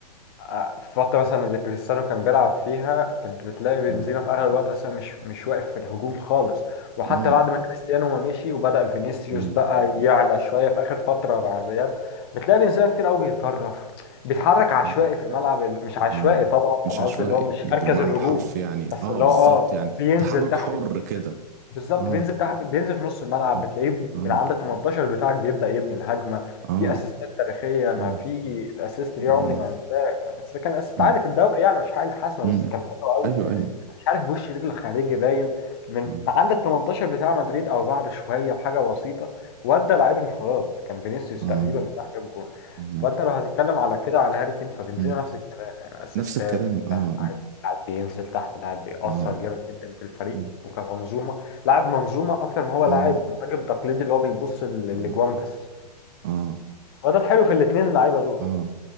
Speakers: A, on the left; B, on the right.
A: آه، في الفترة مثلا اللي كريستيانو كان بيلعب فيها كنت بتلاقي بنزيما
B: اه
A: في أغلب الوقت أصلا مش مش واقف في الهجوم خالص وحتى
B: اه
A: بعد ما كريستيانو ما مشي وبدأ فينيسيوس
B: مم.
A: بقى يعلى شوية في آخر فترة مع الريال بتلاقي بنزيما كتير قوي بيطرف بيتحرك عشوائي
B: اه
A: في الملعب ال- مش عشوائي
B: آه.
A: طبعا
B: مش
A: أنا
B: عشوائي
A: قصدي اللي هو مش
B: بالمعنى
A: مركز الهجوم
B: الحرفي يعني
A: بس
B: اه
A: اللي
B: بالظبط
A: هو اه
B: يعني
A: بينزل
B: تحرك
A: تحت
B: حر كده
A: بالظبط
B: اه
A: بينزل تح... بينزل في نص الملعب
B: اه
A: بتلاقيه من
B: اه
A: عند ال 18 بتاعك بيبدأ يبني الهجمة
B: اه
A: في اسيستات تاريخية انا
B: آه.
A: في اسيست
B: مم.
A: ليه عمري ما هنساه كان- بس ده كان اسيست
B: مم.
A: عادي في الدوري يعني مش حاجة حاسمة
B: مم.
A: بس كان حلو قوي.
B: ايوه ايوه
A: مش عارف بوش رجل خارجي باين من
B: اه
A: عند ال 18 بتاع مدريد او بعد شويه بحاجه بسيطه ودى لعيب انفراد كان فينيسيوس
B: اه
A: تقريبا وراح جاب جول
B: اه
A: فانت لو هتتكلم على كده على هاري كين فبنزيما
B: مم.
A: نفس الكلام يعني اسيستات
B: نفس الكلام اه
A: لاعب لاعب بينزل تحت لاعب بيأثر
B: اه
A: جامد جدا في الفريق
B: مم.
A: وكمنظومه لاعب منظومه اكتر ما هو
B: اه
A: لاعب مهاجم تقليدي اللي هو بيبص لل- للاجوان
B: اه
A: بس
B: اه
A: وده الحلو في الاثنين اللعيبه دول
B: اه